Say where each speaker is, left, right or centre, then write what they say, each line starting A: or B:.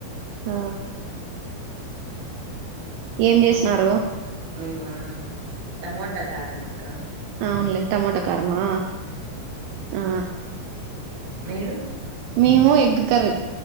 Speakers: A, on the right; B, on the right.
A: ఆ ఏంచేస్నారు
B: ఇంట్లో మేమా టమోటా కారంమక్క
A: ఆవునులే టమోటో కారమా ఆ
B: మీరు
A: మేము ఎగ్ కర్రీ